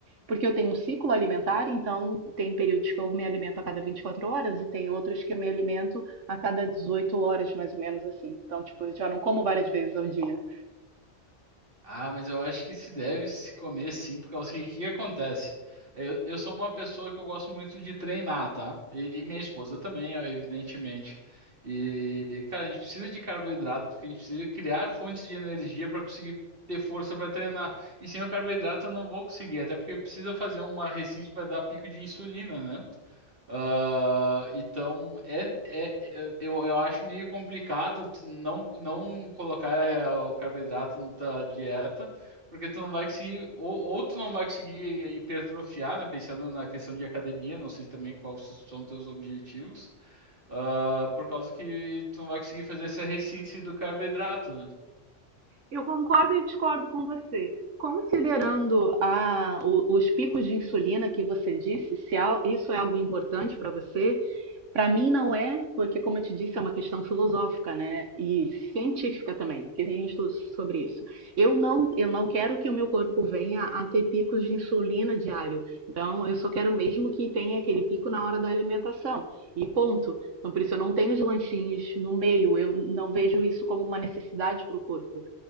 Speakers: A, on the right; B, on the right.
A: porque eu tenho um ciclo alimentar, então tem períodos que eu me alimento a cada 24 horas e tem outros que eu me alimento a cada 18 horas, mais ou menos assim. Então, tipo, eu já não como várias vezes ao dia.
B: Ah, mas eu acho que se deve se comer sim, por causa que o que que acontece? Eu, eu sou uma pessoa que eu gosto muito de treinar, tá? E, e minha esposa também, ó, evidentemente. E, cara, a gente precisa de carboidrato, porque a gente precisa criar fontes de energia para conseguir ter força para treinar. E sem o carboidrato eu não vou conseguir, até porque precisa fazer uma receita para dar pico de insulina, né? Ah, então, é, é, é- eu, eu acho meio complicado tu não, não colocar eh, o carboidrato na tua dieta, porque tu não vai conseguir, ou, ou tu não vai conseguir hipertrofiar, né? Pensando na questão de academia, não sei também quais são teus objetivos, ah, por causa que tu não vai conseguir fazer essa resistência do carboidrato, né?
A: Eu concordo e discordo com você. Considerando a- o- os picos de insulina que você disse, se al- isso é algo importante para você, para mim não é, porque, como eu te disse, é uma questão filosófica, né? E científica também, porque tem estudos sobre isso. Eu não, eu não quero que o meu corpo venha a ter picos de insulina diário. Então, eu só quero mesmo que tenha aquele pico na hora da alimentação. E ponto. Então, por isso, eu não tenho os lanchinhos no meio. Eu não vejo isso como uma necessidade para o corpo.